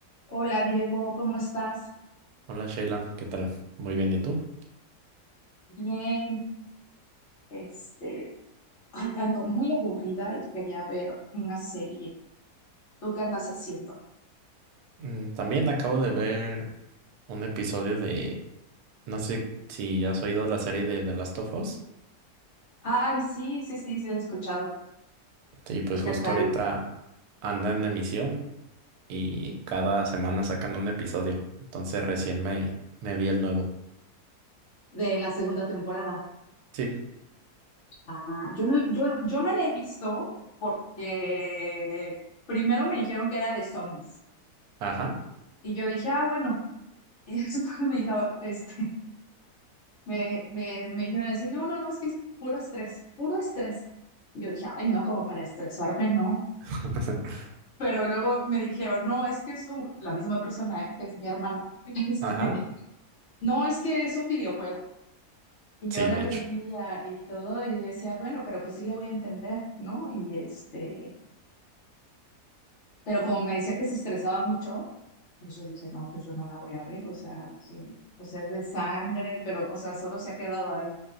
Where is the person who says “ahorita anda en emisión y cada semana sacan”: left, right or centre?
Right